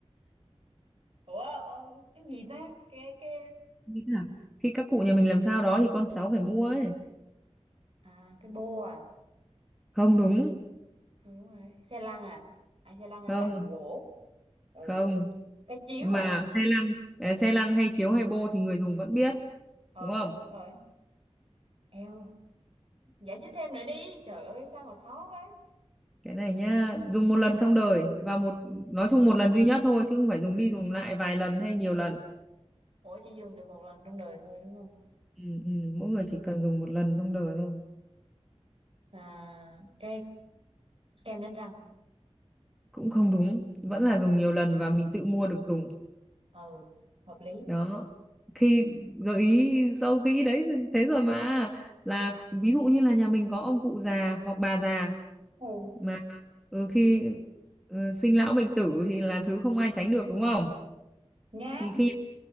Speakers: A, on the right (about 60°); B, in the centre.
A: ủa ờ, cái gì ta cái cái
B: nghĩ là khi các cụ nhà mình làm sao đó thì con cháu phải mua ấy
A: à cái bô à
B: không đúng
A: ừ, đúng rồi xe lăn à à xe lăn à,
B: không
A: làm bằng gỗ ừ
B: không
A: cái chiếu
B: mà
A: à
B: xe lăn ờ, xe lăn hay chiếu hay bô thì người dùng vẫn biết
A: ừ
B: đúng không
A: đúng rồi eo giải thích thêm nữa đi trời ơi sao mà khó quá
B: cái này nhá dùng một lần trong đời và một nói chung một lần duy nhất thôi chứ không phải dùng đi dùng lại vài lần hay nhiều lần
A: ủa chỉ dùng được một lần trong đời thôi đúng không
B: ừ, ừ, mỗi người chỉ cần dùng một lần trong đời thôi
A: à cái kem đánh răng
B: cũng không đúng vẫn là dùng nhiều lần và mình tự mua được dùng
A: ừ hợp lý
B: đó khi gợi ý sâu kỹ đấy thì thế rồi mà là ví dụ như là nhà mình có ông cụ già hoặc bà già
A: ừ
B: mà ừ, khi ừ, sinh lão bệnh tử thì là thứ không ai tránh được đúng không
A: nhang
B: thì khi